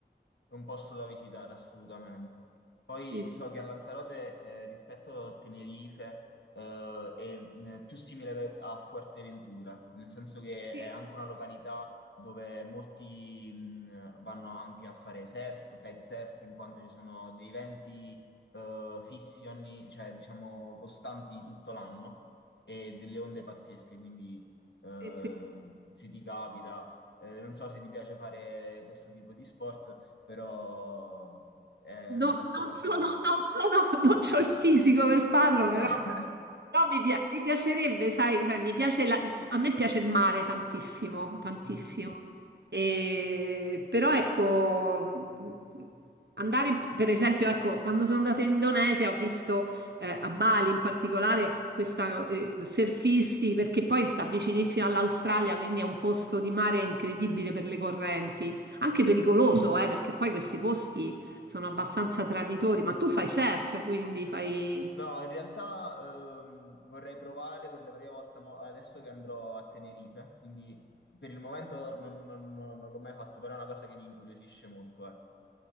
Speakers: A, on the left (about 75°); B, on the right (about 65°).
A: È un posto da visitare assolutamente. Poi
B: Sì, sì,
A: so che a Lanzarote, eh, rispetto a Tenerife, eh, è mh, più simile ve- a Fuerteventura, nel senso che
B: sì,
A: è anche una località dove molti mh, vanno anche a fare surf, kitesurf, in quanto ci sono dei venti eh, fissi ogni, cioè diciamo costanti tutto l'anno e delle onde pazzesche, quindi eh,
B: sì, sì.
A: se ti capita, eh, non so se ti piace fare questo tipo di sport, però è
B: No,
A: molto
B: non
A: particolare.
B: sono, non sono, <laughs> non c'ho il fisico per farlo,
A: <laughs>
B: però, però mi, pia- mi piacerebbe, sai, cioè, mi piace la- a me piace il mare tantissimo, tantissimo.
A: Mhm,
B: E- però ecco, mh, andare, per esempio, ecco, quando sono andata in Indonesia ho visto eh, a Bali in particolare questa eh, surfisti, perché poi sta vicinissima all'Australia, quindi è un posto di mare incredibile per le correnti, anche
A: Sì.
B: pericoloso, eh, perché poi questi posti sono abbastanza traditori, ma tu fai surf, quindi fai...
A: No, in realtà ehm, vorrei provare per la prima volta mo- adesso che andrò a Tenerife, quindi per il momento non, non- non- non l'ho mai fatto, però è una cosa che mi incuriosisce molto, ecco.